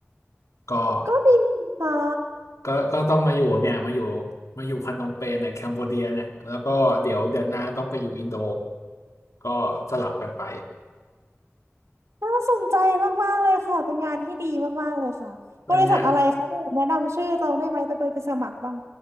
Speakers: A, on the left; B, on the right.
A: ก็
B: ก็ดีค่ะ
A: ก็ก็ต้องมาอยู่เนี่ยมาอยู่ มาอยู่พนมเปญเนี่ยแคมโบเดียเนี่ยแล้วก็เดี๋ยวเดือนหน้าต้องไปอยู่อินโด ก็สลับกันไป
B: น่าสนใจมากๆเลยค่ะเป็นงานที่ดีมากๆเลยค่ะบริษัทอะไรคะเนี่ยแนะนำชื่อตองได้ไหมไปไปไปสมัครบ้าง
A: เป็นไง